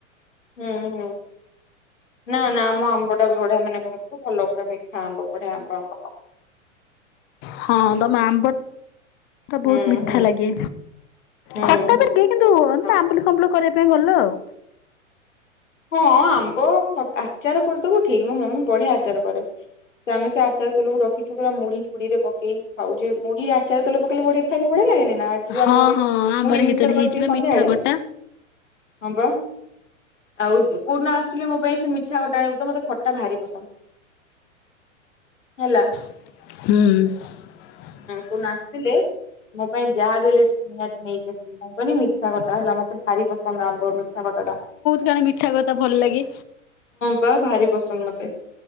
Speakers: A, on the left (about 70°); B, on the left (about 25°).
A: ହୁଁ ହୁଁ ନା ନା ଆମ ଆମ୍ବ ଟା ବି ବଢିଆ ମାନେ କଣ ଭଲ ପୁରା ମିଠା ଆମ୍ବ ବଢିଆ ଆମ୍ବ ଆମ୍ବ
B: ହଁ ତମ ଆମ୍ବ ଟା ବହୁତ
A: ହୁଁ
B: ମିଠା
A: ହୁଁ
B: ଲାଗେ।
A: ହୁଁ
B: ଖଟା
A: ହୁଁ
B: ବି କରଦିଏ
A: ବହୁତ
B: କିନ୍ତୁ
A: ମିଠା ଆମ୍ବ।
B: ଆମ୍ବୁଲ ଫାମ୍ୱୁଲ କରିବ ଭଲ ଆଉ।
A: ହଁ ଆମ୍ବ ଖ-ଆଚାର କରିଦବୁ ଠିକ ମୋ ମମି ବଢିଆ ଆଚାର କରେ ଯେ ଆମେ ସେ ଆଚାର ତେଲକୁ ରଖିକି ପୁରା ମୁଢି ଫୁଡିରେ ପକେଇ ଖାଉଛେ ମୁଢି ଆଚାର ତେଲ ପକେଇକି ଖାଇଲେ ମୁଢି ବଢିଆ ଲାଗେନି ନା। ଆଜି ବା
B: ହଁ
A: ମୁଢ
B: ହଁ ଆମର
A: ମୁଢି ମିକ୍ସଚର
B: ହେଇଥର ହେଇଛି
A: କରିଥିଲି
B: ବା
A: ସନ୍ଧ୍ୟାଳେ
B: ମିଠା ଖଟା
A: ହଁ ବା। ଆଉ କୋଉଦିନ ଆସିଲେ ମୋ ପାଇଁ ସେ ମିଠା ଖଟା ଆଣିବୁ ତ ମୋତେ ଖଟା ଭାରି ପସନ୍ଦ ହେଲା।
B: ହୁଁ।
A: ତୁ ନା ଆସିଲେ ମୋ ପାଇଁ ଯାହା ବି ହେଲେ ଟିକେ ନିହାତି ନେଇକି ଆସିବୁ କଣ କହନି ମିଠା ଖଟା ହେଲା ମୋ ଭାରି ପସନ୍ଦ ଆମ୍ୱ ମିଠା ଖଟାଟା
B: ଜଣେ ମିଠା କଥା ଭଲ ଲାଗେ।
A: ବା ଭାରି ପସନ୍ଦ ମତେ